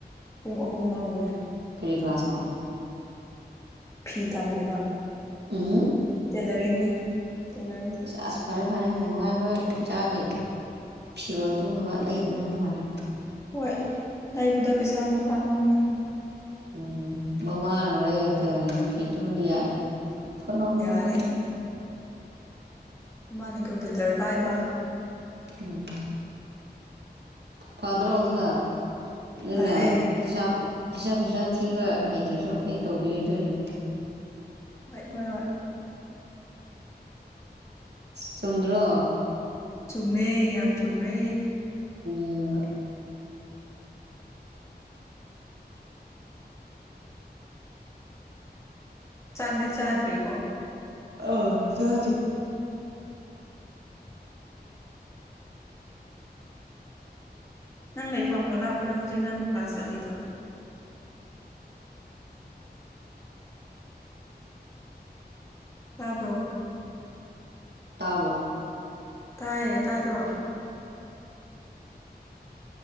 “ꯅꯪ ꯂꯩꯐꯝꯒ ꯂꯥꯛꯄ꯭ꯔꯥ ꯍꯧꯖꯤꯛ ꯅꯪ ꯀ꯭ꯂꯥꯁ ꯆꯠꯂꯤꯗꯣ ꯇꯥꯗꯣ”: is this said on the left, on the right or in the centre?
Left